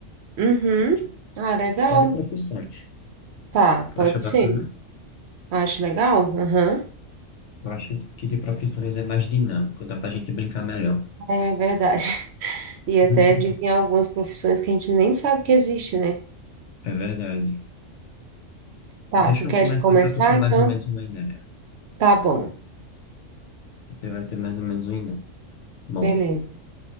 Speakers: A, on the right; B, on the left.
A: uhum.
B: tipo,
A: Ah, legal.
B: só de profissões.
A: Tá,
B: Tu
A: pode
B: acha bacana?
A: ser. Acho legal. Aham.
B: Eu acho que de profissões é mais dinâmico, dá pra gente brincar melhor.
A: É verdade. <laughs> E até
B: <laughs>
A: adivinhar algumas profissões que a gente nem sabe que existe, né?
B: É verdade.
A: Tá,
B: Deixa
A: tu
B: eu
A: queres
B: começar
A: começar?
B: para tu ter mais
A: Então,
B: ou menos uma ideia.
A: tá bom.
B: Você vai ter mais ou menos uma ideia. Bom,
A: Beleza.